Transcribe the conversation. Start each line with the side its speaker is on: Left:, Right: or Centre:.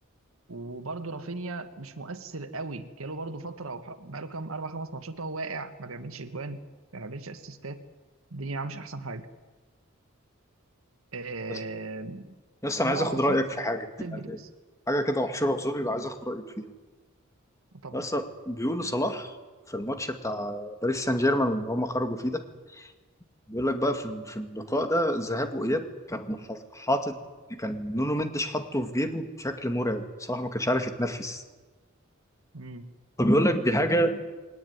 Right: وبرده رافينيا مش مؤثر قوي جاله برده فتره وح- بقاله كام اربع خمس ماتشات هو واقع ما بيعملش اجوان ما بيعملش اسيستات الدنيا معاه مش احسن حاجه آه،
Left: بس بس انا
Right: هو
Left: عايز
Right: عثمان
Left: اخد رايك في حاجه
Right: ديمبلي
Left: يعني
Right: بس
Left: حاجه كده محشوره في زوري وعايز اخد رايك فيها
Right: طبعا
Left: بس بيقولوا صلاح في الماتش بتاع باريس سان جيرمان اللي هم خرجوا فيه ده بيقول لك بقى في في اللقاء ده ذهاب واياب كان حاط- حاطط كان نونو مندش حاطه في جيبه بشكل مرعب صلاح ما كانش عارف يتنفس
Right: مم.
Left: فبيقول لك دي حاجة